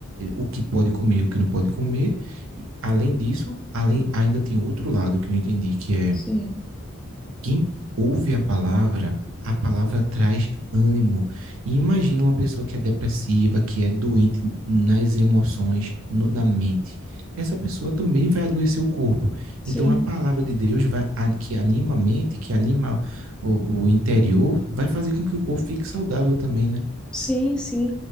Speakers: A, on the right (about 65°); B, in the centre.
A: o que pode comer, o que não pode comer. Além disso, além, ainda tem outro lado que eu entendi, que é
B: sim,
A: quem ouve a palavra, a palavra traz ânimo. E imagina uma pessoa que é depressiva, que é doente nas emoções, no- na mente. Essa pessoa também vai adoecer o corpo.
B: sim.
A: Então, a palavra de Deus vai, a- que anima a mente, que anima o, o interior, vai fazer com que o corpo fique saudável também, né?
B: Sim, sim.